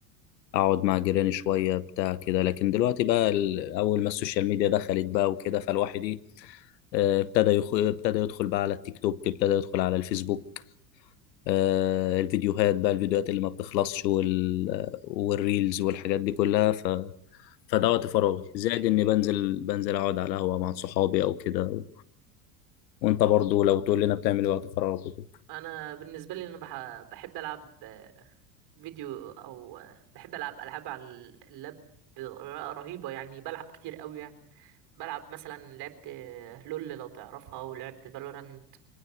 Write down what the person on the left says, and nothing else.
أقعد مع جيراني شوية بتاع كده لكن دلوقتي بقى ال- أول ما السوشيال ميديا دخلت بقى وكده فالواحد إيه آه، ابتدى يخ... ابتدى يدخل بقى على التيك توك ابتدى يدخل على الفيسبوك آه، الفيديوهات بقى الفيديوهات اللي ما بتخلصش وال... والريلز والحاجات دي كلها فده وقت
فراغي زائد اني بنزل بنزل اقعد على قهوه مع صحابي او كده و... وانت برضو لو تقول لنا بتعمل إيه وقت فراغك وكده